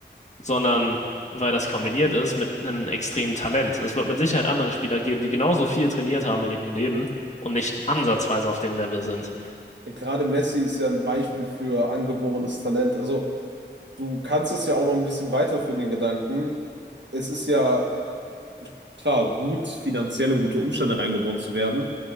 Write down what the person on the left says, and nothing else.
sondern weil das kombiniert ist mit einem extremen Talent. Es wird mit Sicherheit andere Spieler geben, die genauso viel trainiert haben in ihrem Leben und nicht ansatzweise auf dem Level sind.